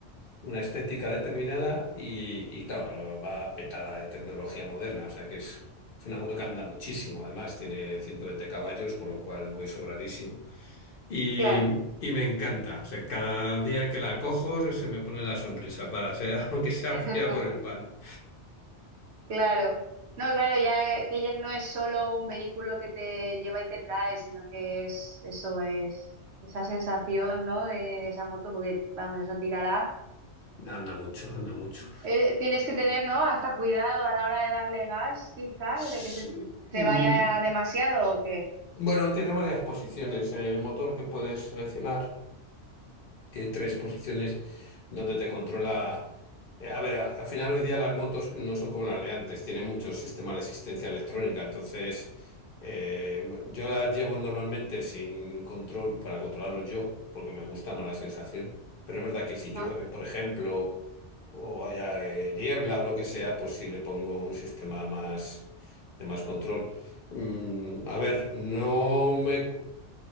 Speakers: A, on the left; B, on the right.
A: una estética determinada y, y, claro, va petada de tecnología moderna, o sea, que es... Es una moto que anda muchísimo, además, tiene 120 caballos, con lo cual voy sobradísimo. Y,
B: Claro.
A: y me encanta. O sea, cada día que la cojo se me pone la sonrisa para ser, <laughs> aunque sea
B: <laughs>
A: para ir a por el pan.
B: Claro. No, claro, ya que ya no es solo un vehículo que te lleva y te trae, sino que es eso es esa sensación, ¿no? De, de esa moto, porque vamos, eso tirará
A: Anda mucho, anda mucho.
B: Eh, tienes que tener, ¿no? Hasta cuidado a la hora de darle gas, quizás,
A: Sí.
B: de que se,
A: Mm,
B: se vaya demasiado o qué.
A: Bueno, tiene varias posiciones en el motor que puedes seleccionar. Tiene tres posiciones donde te controla. eh, A ver, a- al final hoy día las motos no son como las de antes, tienen muchos sistemas de asistencia electrónica, entonces eh, bueno, yo las llevo normalmente sin control para controlarlos yo, porque me gusta más la sensación. Pero es verdad que si llueve,
B: Ajá,
A: por ejemplo, o haya eh, niebla o lo que sea, pues sí le pongo un sistema más de más control. Mm, a ver, no me